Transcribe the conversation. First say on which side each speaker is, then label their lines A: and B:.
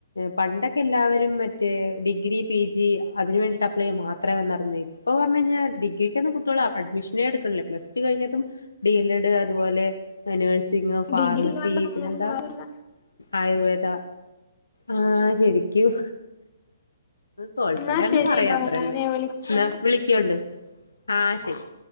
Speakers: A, on the left; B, on the left.
A: പണ്ടൊക്കെ എല്ലാവരും മറ്റേ ഡിഗ്രി പി ജി അതിന് വേണ്ടിട്ട് അപ്ലൈ ചെയ്യ മാത്രേ വന്നാര്ന്നെ ഇപ്പോ പറഞ്ഞ് കഴിഞ്ഞാ ഡി ഗ്രിക്കൊന്നും കുട്ട്യോള് അഡ്മിഷനേ എടുക്കണില്ല പ്ലസ് ടു കഴിഞ്ഞതും ഡി എൽ എഡ് അതുപോലെ നഴ്സിങ് ഫാർമസി
B: ഡിഗ്രി ഇല്ലാണ്ട് ഒന്നിനും
A: പിന്നെ എന്താ
B: കാര്യല്ല
A: ആയുർവേദ ആഹ് ശെരിക്കും കോളിഫയ്ഡ്
B: എന്നാ
A: ആണന്ന്
B: ശരിട്ടോ
A: പറയാത്രന്നെ
B: ഞാന് വിളിക്കണ്ട്
A: എന്നാ വിളിക്കോണ്ട് ആഹ് ശെരി